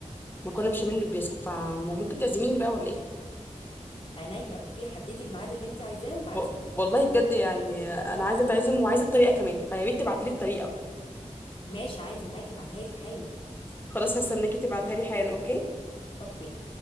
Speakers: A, on the left (about 15°); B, on the left (about 50°).
A: المكرونه بشاميل والبيسكو فممكن تعزميني بقى ولا ايه
B: عينيا اوكي حددي الميعاد اللي انت عايزاه وبعتيلي
A: و- والله بجد يعني انا عايزه اتعزم وعايزه الطريقه كمان فيا ريت تبعتي لي الطريقه
B: ماشي عادي معاكي ابعتها لك حالا
A: خلاص هستناكي تبعتها لي حالا اوكي
B: اوكي